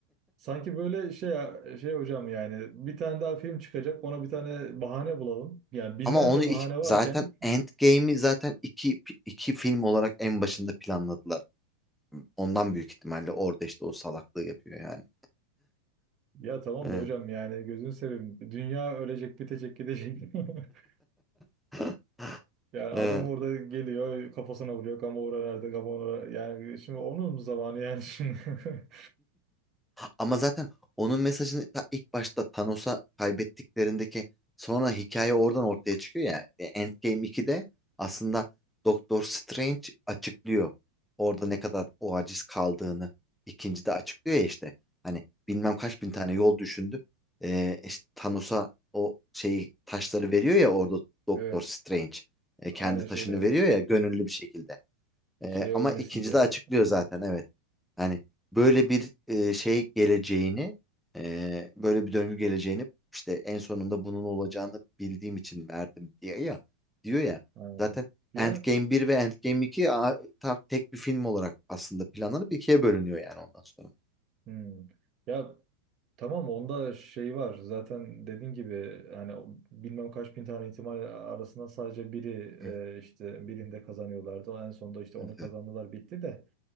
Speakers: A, on the right; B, in the centre.
A: sanki böyle şey şey hocam yani bir tane daha film çıkacak ona bir tane bahane bulalım. Yani binlerce
B: Ama onu ilk-
A: bahane varken
B: zaten Endgame'i zaten iki iki film olarak en başında planladılar. Ondan büyük ihtimalle orada işte o salaklığı yapıyor yani.
A: Ya tamam
B: Evet.
A: da hocam yani gözünü seveyim. Dünya ölecek, bitecek, gidecek. <laughs>
B: <laughs>
A: Yani
B: Evet.
A: adam orada geliyor, kafasına vuruyor. Gamora nerede, Gamora? Yani şimdi onun zamanı yani şimdi. <laughs>
B: Ama zaten onun mesajını ta ilk başta Thanos'a kaybettiklerindeki sonra hikaye oradan ortaya çıkıyor ya. E, Endgame 2'de aslında Doktor Strange açıklıyor. Orada ne kadar o aciz kaldığını ikinci de açıklıyor ya işte. Hani bilmem kaç bin tane yol düşündüm. E, işte Thanos'a o şeyi taşları veriyor ya orada Doktor
A: Evet.
B: Strange. E, kendi
A: Aynen
B: taşını
A: şeyde
B: veriyor ya gönüllü bir şekilde. Ee,
A: şey ölmesin
B: ama ikinci
A: diye.
B: de açıklıyor zaten
A: Hı.
B: evet. Hani böyle bir e, şey geleceğini, e, böyle bir döngü geleceğini işte en sonunda bunun olacağını bildiğim için verdim diye ya diyor ya.
A: Ha.
B: Zaten
A: Ya
B: Endgame bir ve Endgame 2 a- tam tek bir film olarak aslında planlanıp ikiye bölünüyor yani ondan sonra.
A: hmm. Ya tamam onda şey var. Zaten dediğin gibi hani o bilmem kaç bin tane ihtimal arasında sadece biri
B: Hı.
A: e, işte birinde kazanıyorlardı. En sonunda işte onu
B: Evet.
A: kazandılar bitti de.